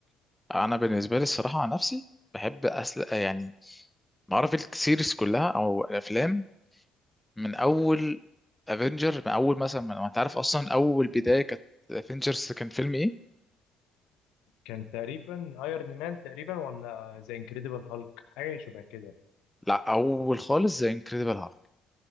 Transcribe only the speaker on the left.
كان تقريبا ايرون مان تقريبا ولا ذا انكريدبل هالك حاجه شبه كده